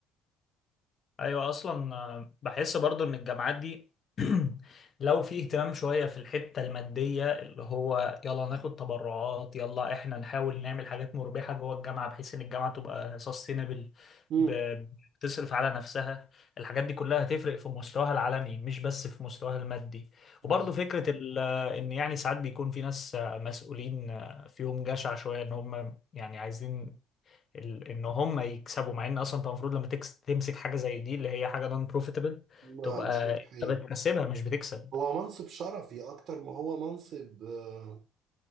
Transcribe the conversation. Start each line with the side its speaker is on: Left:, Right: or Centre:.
Left: ايوه اصلا آه، بحس برضو ان الجامعات دي <clears throat> لو في اهتمام شويه في الحته الماديه اللي هو يلا ناخد تبرعات يلا احنا نحاول نعمل حاجات مربحه جوه الجامعه بحيث ان الجامعه تبقى سستينبل
Right: امم
Left: بتصرف على نفسها الحاجات دي كلها هتفرق في مستواها العلمي مش بس في مستواها المادي
Right: بالظبط
Left: وبرضو فكره ال- آه، ان يعني ساعات بيكون في ناس آه، مسؤولين آه، فيهم جشع شويه ان هم يعني عايزين ال- ان هم يكسبوا مع ان اصلا انت المفروض لما تكس تمسك حاجه زي دي اللي هي حاجه نون بروفيتبل
Right: ما
Left: تبقى
Right: مش ربحية
Left: انت بتكسبها مش بتكسب
Right: هو منصب شرفي اكتر ما هو منصب آه،